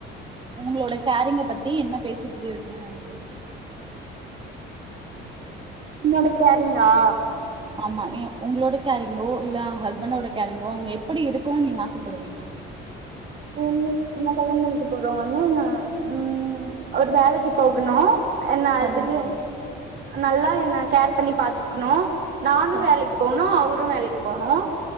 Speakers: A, on the right (about 25°); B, on the right (about 55°).
A: உங்களோட கேரிங்க பத்தி என்ன பேசி புரிய வைக்கணும்னு நினைக்கீங்க
B: என்னோட கேரிங்கா
A: ஆமா உங்களோட கேரிங்கோ இல்ல ஹஸ்பண்டோட கேரிங்கோ அவங்க எப்படி இருக்கணும்னு நீங்க ஆசைப்படுவீங்க?
B: என்ன என்ன கல்யாண பண்ணிக்க போறோம் வந்து ந உம் ஒரு வேலைக்கு போகணும் என்ன
A: சரிங்க
B: அதுலயே
A: தோழி
B: நல்லா என்ன கேர் பண்ணி பா்த்தக்கணும். நானும்
A: சரிங்க
B: வேலைக்கு
A: தோ
B: போகனும். அவரும் வேலைக்கு போகணும் போனும்